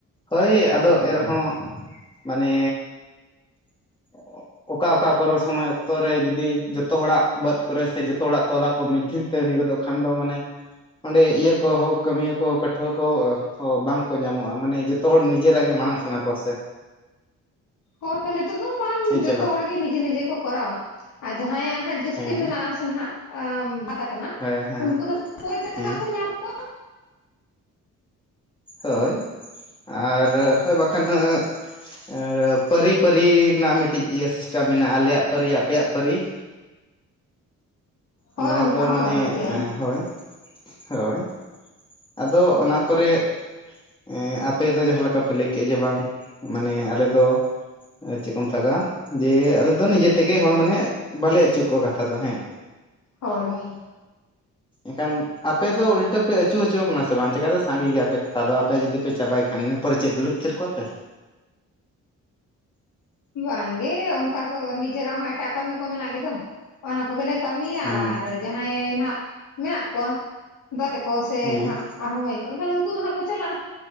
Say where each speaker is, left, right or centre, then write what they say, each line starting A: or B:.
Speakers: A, on the left; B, on the left.
A: ᱦᱳᱭ ᱟᱫᱚ ᱮᱨᱦᱚᱸ ᱢᱟᱱᱮ <inaudible> ᱚᱠᱟ ᱚᱠᱟ ᱠᱚᱨᱮ ᱥᱚᱢᱚᱭ ᱚᱠᱛᱚ ᱨᱮ ᱡᱩᱫᱤ ᱡᱚᱛᱚ ᱦᱚᱲᱟᱜ ᱵᱟᱹᱫᱽ ᱠᱚᱨᱮ ᱥᱮ ᱡᱚᱛᱚ ᱦᱚᱲᱟᱜ ᱛᱚᱞᱟ ᱠᱚ ᱢᱤᱫᱫᱷᱤᱞ ᱛᱮ ᱦᱩᱭ ᱜᱚᱫᱚᱜ ᱠᱷᱟᱱ ᱫᱚ ᱢᱟᱱᱮ ᱚᱸᱰᱮ ᱤᱭᱟᱹ ᱠᱚ ᱦᱚ ᱠᱟᱹᱢᱭᱟᱹ ᱠᱚ ᱦᱚ ᱠᱟᱹᱴᱷᱩᱣᱟᱹ ᱠᱚ ᱦᱚ ᱵᱟᱝ ᱠᱚ ᱧᱟᱢᱚᱜᱼᱟ ᱢᱟᱱᱮ ᱡᱚᱛ ᱛᱚ ᱦᱚᱲ ᱱᱤᱡᱮᱨᱟᱜ ᱜᱮ ᱢᱟᱲᱟᱝ ᱥᱟᱱᱟ ᱠᱚᱣᱟ ᱥᱮ
B: ᱦᱳᱭ ᱱᱤᱛᱚᱜ ᱫᱚ ᱢᱟᱝ
A: ᱦᱮᱸ
B: ᱡᱚᱛᱚ
A: ᱪᱮ ᱵᱟᱝ
B: ᱦᱚᱲᱜᱮ ᱱᱤᱡᱮ ᱱᱤᱡᱮ ᱠᱚ ᱠᱚᱨᱟᱣᱟ ᱟᱨ ᱡᱟᱦᱟᱸᱭᱟᱜ ᱱᱟᱦᱟᱜ ᱡᱟᱹᱥᱛᱤ
A: ᱦᱮᱸ
B: ᱢᱮᱱᱟᱜ ᱥᱮᱱ ᱦᱟᱜ ᱵᱟᱫ ᱠᱟᱱᱟ
A: ᱦᱳᱭ ᱦᱮᱸ
B: ᱩᱱᱠᱩ ᱫᱚ ᱯᱚᱨᱮ ᱠᱚ
A: ᱦᱮᱸ
B: ᱦᱟᱜ ᱧᱟᱢ ᱠᱚᱣᱟ
A: ᱦᱳᱭ ᱟᱨ ᱦᱳᱭ ᱵᱟᱠᱷᱟᱱ <inaudible> ᱮᱸ ᱯᱟᱹᱨᱤ ᱯᱟᱹᱨᱤ ᱨᱮᱱᱟᱜ ᱢᱤᱫᱴᱤᱡ ᱤᱭᱟᱹ ᱥᱤᱥᱴᱮᱢ ᱢᱮᱱᱟᱜᱼᱟ ᱟᱞᱮᱭᱟᱜ ᱯᱟᱹᱨᱤ ᱟᱯᱮᱭᱟᱜ ᱯᱟᱹᱨᱤ
B: ᱦᱳᱭ
A: ᱤᱱᱟᱹ
B: ᱚᱱᱠᱟ
A: ᱨᱮᱫᱚ
B: ᱦᱚᱸ
A: ᱢᱟᱱᱮ
B: ᱜᱟᱱᱚᱜ ᱜᱮᱭᱟ
A: ᱦᱳᱭ ᱦᱳᱭ ᱟᱫᱚ ᱚᱱᱟ ᱠᱚᱨᱮ ᱮᱸ ᱟᱯᱮ ᱫᱚ ᱡᱟᱦᱟᱸ ᱞᱮᱠᱟ ᱯᱮ ᱞᱟᱹᱭ ᱠᱮᱫ ᱡᱮ ᱵᱟᱝ ᱢᱟᱱᱮ ᱟᱞᱮ ᱫᱚ ᱪᱮᱫ ᱠᱚ ᱢᱮᱛᱟᱜᱟᱜ ᱡᱮ ᱟᱞᱮ ᱫᱚ ᱱᱤᱡᱮ ᱛᱮᱜᱮ ᱦᱚᱸ ᱢᱟᱱᱮ ᱵᱟᱞᱮ ᱟᱹᱪᱩ ᱠᱚ ᱠᱟᱛᱷᱟ ᱫᱚ ᱦᱮᱸ
B: ᱦᱳᱭ ᱦᱳᱭ
A: ᱮᱱᱠᱷᱟᱱ ᱟᱯᱮ ᱫᱚ ᱩᱞᱴᱟᱹ ᱯᱮ ᱟᱹᱪᱩ ᱦᱚᱪᱚ ᱠᱟᱱᱟ ᱥᱮ ᱵᱟᱝ ᱪᱮᱠᱟᱛᱮ ᱥᱟᱸᱜᱮ ᱜᱮᱭᱟᱯᱮ ᱠᱟᱛᱷᱟ ᱫᱚ ᱟᱯᱮ ᱡᱩᱫᱤ ᱯᱮ ᱪᱟᱵᱟᱭ ᱤᱱᱟᱹ ᱯᱚᱨᱮ ᱪᱮᱫ ᱫᱩᱲᱩᱵ ᱛᱷᱤᱨ ᱠᱚᱜᱼᱟ ᱯᱮ
B: ᱵᱟᱝ ᱜᱮ ᱚᱱᱠᱟ ᱫᱚ ᱱᱤᱡᱮᱨᱟᱜ ᱦᱚᱸ ᱮᱴᱟᱜ ᱠᱟᱹᱢᱤ ᱠᱚ ᱢᱮᱱᱟᱜ ᱜᱮᱫᱚ ᱚᱱᱟ ᱠᱚᱜᱮᱞᱮ ᱠᱟᱹᱢᱤᱭᱟ
A: ᱦᱮᱸ
B: ᱟᱨ ᱡᱟᱦᱟᱸᱭ ᱱᱟᱜ ᱢᱮᱱᱟᱜ ᱠᱚᱣᱟ ᱫᱟ ᱛᱟᱠᱚ ᱥᱮᱱᱦᱟᱜ
A: ᱦᱮᱸ
B: ᱟᱨᱦᱚᱸ ᱢᱟᱹᱭ ᱠᱚ ᱩᱱᱠᱩ ᱫᱚ ᱦᱟᱸᱜ ᱠᱚ ᱪᱟᱞᱟᱜᱼᱟ